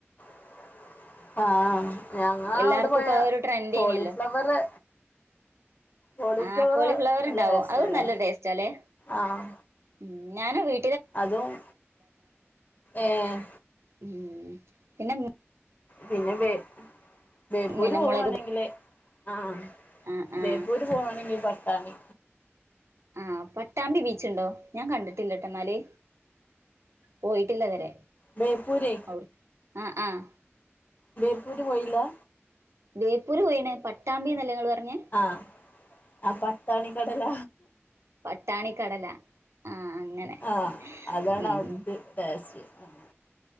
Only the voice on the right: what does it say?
എല്ലാർക്കും
ഇപ്പൊ ആ ഒരു ട്രെൻഡേനിയല്ലോ
ആഹ് കോളിഫ്ലവർ
ണ്ടാവും
അത് നല്ല ടേസ്റ്റാല്ലേ?
ഉം ഞാന് വീ
ഉം പിന്നെ
പിന്നെ
മുളക്
ആഹ് ആഹ്
ആഹ് പട്ടാമ്പി ബീച്ചുണ്ടോ? ഞാൻ കണ്ടിട്ടില്ലട്ടെന്നാല്. പോയിട്ടില്ല ഇതരെ
അഒട് ആഹ് ആഹ്
ബേപ്പൂര് പോയിണ്. പട്ടാമ്പി ന്നല്ലേ ഇങ്ങള് പറഞ്ഞേ?
പട്ടാണിക്കടല ആഹ് അങ്ങനെ
ഉം